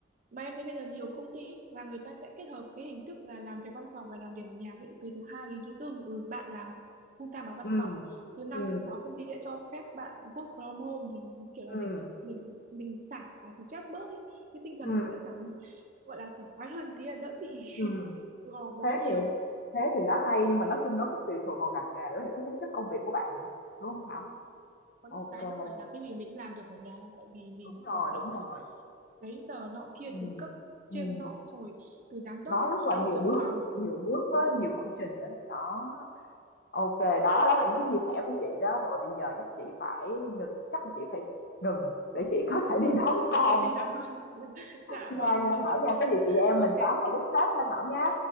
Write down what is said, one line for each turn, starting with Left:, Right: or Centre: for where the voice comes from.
Right: mà em thấy bây giờ nhiều công ty ý, là người ta sẽ kết hợp cái hình thức là làm việc văn phòng và làm việc ở nhà ví dụ từ thứ hai đến thứ tư ừ, bạn làm full time ở văn
Left: ừ
Right: phòng thứ năm
Left: ừ
Right: thứ sáu công ty sẽ cho phép bạn work from home thì kiểu
Left: ừ
Right: là để mình mình xả stress bớt đi cái tinh thần
Left: Ừ,
Right: mình sẽ xả gọi là sảng khoái hơn tí là đỡ bị
Left: ừm,
Right: <laughs> gò bó
Left: thế
Right: nhiều
Left: thì thế thì nó hay
Right: Dạ,
Left: nhưng mà nói chung nó cũng tùy thuộc vào ngành nghề với lại cái tính chất công việc của bạn nữa, đúng không Thảo?
Right: Ừ, có
Left: Ok,
Right: những cái đâu phải là cái gì mình cũng làm được ở nhà đâu tại vì mình
Left: đúng rồi,
Right: còn phải
Left: đúng rồi.
Right: giấy tờ nọ kia
Left: Ừ,
Right: từ cấp trên
Left: ừm,
Right: nọ xong rồi từ giám đốc
Left: Nó rất
Right: xuống
Left: là
Right: đến
Left: nhiều
Right: trưởng
Left: bước,
Right: phòng
Left: nhiều bước với
Right: đó
Left: nhiều quy trình đó. Đó. Ok, đó đó là những cái chia sẻ của chị đó rồi bây giờ chắc chị phải ngừng, chắc là chị phải ngừng để chị có thể đi đón
Right: <laughs>
Left: con
Right: Thôi thế thì là <laughs> dạ
Left: nha
Right: vâng
Left: nha
Right: vâng
Left: Thảo
Right: vâng.
Left: nha, có gì chị em mình
Right: ok
Left: tám vào lúc khác nha Thảo nha.